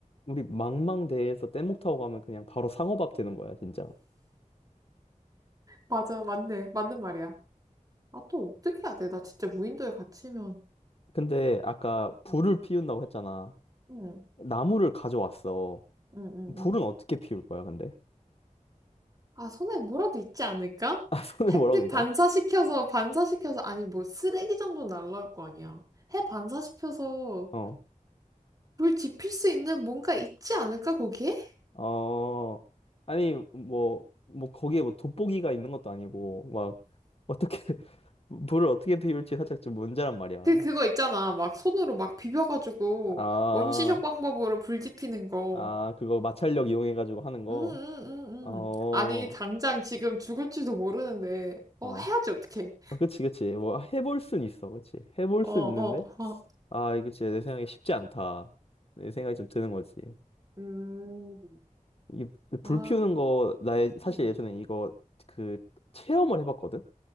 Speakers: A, on the left; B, on the right.
A: 우리 망망대해에서 뗏목 타고 가면 그냥 바로 상어밥 되는 거야, 진짜.
B: 맞아, 맞네. 맞는 말이야. 아, 또 어떻게 해야 돼? 나 진짜 무인도에 갇히면.
A: 근데 아까 불을
B: 응,
A: 피운다고 했잖아.
B: 응,
A: 나무를 가져왔어.
B: 응, 응. 응.
A: 불은 어떻게 피울 거야, 근데? <laughs>
B: 아, 손에 뭐라도 있지 않을까?
A: 아, 손에
B: 햇빛
A: 뭐라고 있다고?
B: 반사시켜서, 반사시켜서, 아니, 뭐, 쓰레기 정도 날라올 거 아니야. 해 반사시켜서
A: 어,
B: 불 지필 수 있는 뭔가 있지 않을까, 거기에?
A: 어, 아니, 뭐, 뭐, 거기에 뭐 돋보기가 있는 것도 아니고, 막, 어떻게, <laughs> 불을 어떻게 피울지 살짝 좀 문제란 말이야.
B: 그, 그- 거 있잖아. 막 손으로 막 비벼가지고
A: 아,
B: 원시적 방법으로 불 지피는 거.
A: 아, 그거 마찰력 이용해가지고 하는 거.
B: 음, 음, 음,
A: 어, 어,
B: 음. 아니, 당장 지금 죽을지도 모르는데. 어,
A: 어,
B: 해야지, 어떻게
A: 그치, 그치. 뭐, 해볼 순 있어. 그치. 해볼
B: 어,
A: 순
B: 어,
A: 있는데,
B: 어.
A: 아, 이거 진짜 내 생각에 쉽지 않다. 내 생각이 좀 드는 거지.
B: 음.
A: 이,
B: 아,
A: 불 피우는 거, 나의, 사실
B: 음.
A: 예전에 이거, 그, 체험을 해봤거든?